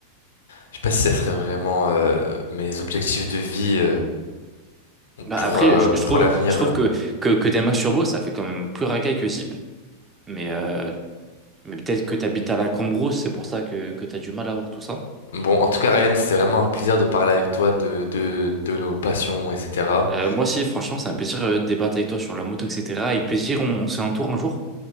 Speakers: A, on the left (about 65°); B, on the right (about 15°).
A: je sais pas si ça serait vraiment euh, mes objectifs de vie euh,
B: Bah,
A: pour,
B: après,
A: euh,
B: je, je trouve,
A: pour l'avenir.
B: je trouve
A: euh.
B: que, que, que des Max Turbo, ça fait quand même plus racaille que Zip. Mais euh, Mais peut-être que tu habites à la Cambrousse, c'est pour ça que, que tu as du mal à voir tout ça.
A: Bon, en tout cas, Ryan, c'était vraiment un plaisir de parler avec toi de, de, de nos passions, etc.
B: Euh, moi aussi, franchement, c'est un plaisir euh, de débattre avec toi sur la moto, etc. Avec plaisir, on, on se fait un tour un jour